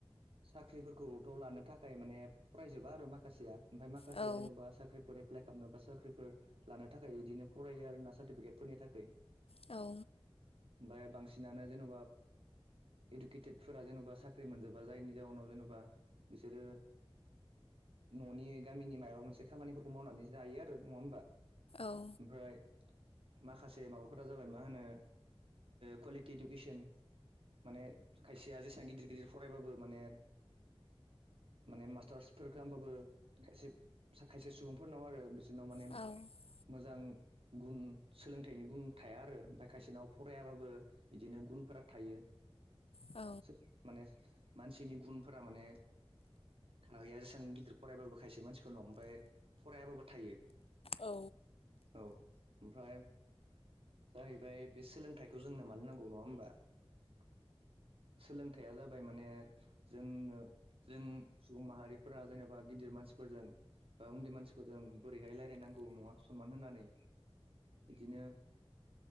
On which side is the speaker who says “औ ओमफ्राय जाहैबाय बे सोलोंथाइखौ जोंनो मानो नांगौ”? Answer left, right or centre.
Right